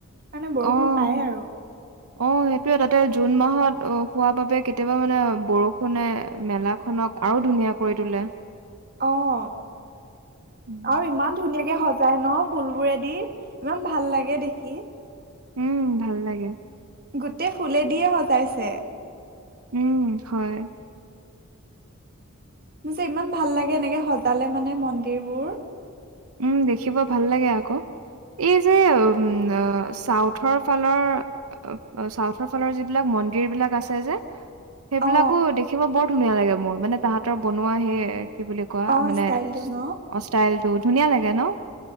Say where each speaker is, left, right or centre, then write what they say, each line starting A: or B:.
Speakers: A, on the right; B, on the right.
A: কাৰণে
B: অ',
A: বৰষুণ পায় আৰু
B: অ', সেইটোয়ে, তাতে জুন মাহত অহ্ হোৱা বাবে কেতিয়াবা মানে বৰষুণে মেলা খনক আৰু ধুনীয়া কৰি তোলে।
A: অ',
B: উম
A: আৰু ইমান ধুনীয়াকে সজাই ন ফুলবোৰেদি। ইমান ভাল লাগে দেখি।
B: উম্, ভাল লাগে।
A: গোটেই ফুলে দিয়ে সজাইছে।
B: উম্, হয়‌।
A: মোৰ যে ইমান ভাল লাগে, এনেকে সজালে মানে মন্দিৰ বোৰ।
B: উম্, দেখিব ভাল লাগে আকৌ। এই যে উম্, অ'চাউথৰ ফালৰ অ', চাউথৰ ফালৰ যিবিলাক মন্দিৰ বিলাক আছে যে। সেইবিলাকো
A: অ
B: দেখিব বৰ ধুনীয়া লাগে মোৰ, মানে তাহাঁতৰ বনোৱা সেই কি বুলি কয়,
A: অ
B: মানে
A: ষ্টাইলটো
B: অ',
A: ন
B: স্তাইলটো ধুনীয়া লাগে ন!